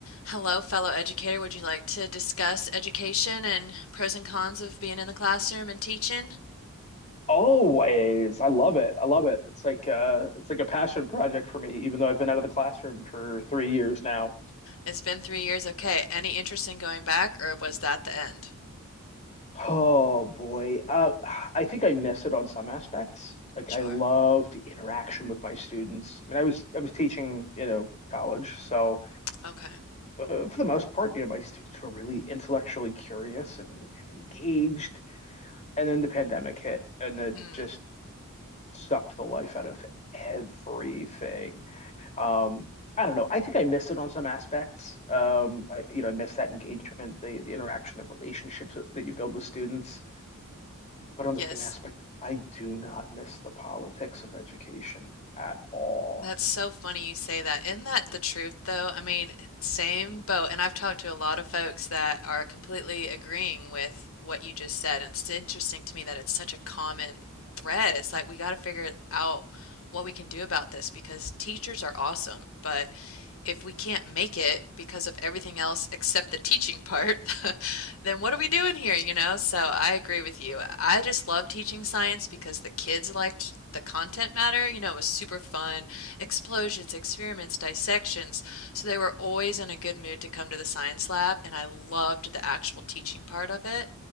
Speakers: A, on the left; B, on the left.
A: Hello, fellow educator. Would you like to discuss education and pros and cons of being in the classroom and teaching?
B: Always. I love it. I love it. It's like uh it's like a passion project for me, even though I've been out of the classroom for three years now.
A: It's been three years. Okay. Any interest in going back, or was that the end?
B: Oh boy. Uh I think I miss it on some aspects. Like
A: Sure.
B: I love the interaction with my students. I mean, I was I was teaching, you know, college. So
A: Okay.
B: uh, for the most part, you know, my students were really intellectually curious and, and engaged. And then the pandemic hit and it
A: Mm,
B: just sucked the life out of everything. Um, I don't know. I think I miss it on some aspects. Um, I, you know, I miss that engagement, the the interaction, the relationships that you build with students. But on
A: yes.
B: the same aspect, I do not miss the politics of education at all.
A: That's so funny you say that. Isn't that the truth, though? I mean, same boat. And I've talked to a lot of folks that are completely agreeing with what you just said. And it's interesting to me that it's such a common thread. It's like we got to figure out what we can do about this because teachers are awesome, but if we can't make it because of everything else except the teaching part, <laughs> then what are we doing here, you know? So I agree with you. I just love teaching science because the kids liked the content matter. You know, it was super fun. Explosions, experiments, dissections. So they were always in a good mood to come to the science lab, and I loved the actual teaching part of it.